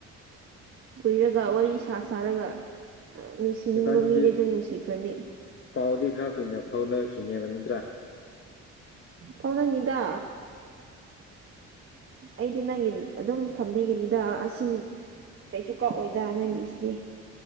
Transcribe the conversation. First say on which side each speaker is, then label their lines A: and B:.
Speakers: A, on the right; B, on the left.
A: ꯀꯨꯏꯔꯒ ꯋꯥꯔꯤ ꯁꯥ ꯁꯥꯔꯒ ꯅꯨꯡꯁꯤ ꯊꯤꯅꯤꯡꯕ
B: ꯏꯕꯥꯅꯤꯗꯤ
A: ꯃꯤꯗꯤ ꯑꯗꯨꯝ ꯅꯨꯡꯁꯤꯈ꯭ꯔꯅꯤ
B: ꯄꯥꯎꯗꯤ ꯈꯔ ꯀꯨꯏꯅ ꯐꯥꯎꯅꯈꯤꯅꯦꯕ ꯅꯠꯇ꯭ꯔꯥ
A: ꯐꯥꯎꯅꯅꯤꯗꯥ ꯑꯩꯗꯤ ꯅꯪꯒꯤ ꯑꯗꯨꯝ ꯊꯝꯕꯤꯒꯅꯤꯗ ꯑꯁꯤ ꯀꯩꯁꯨ ꯀꯛꯑꯣꯏꯗ ꯅꯪꯒꯤꯁꯤꯗꯤ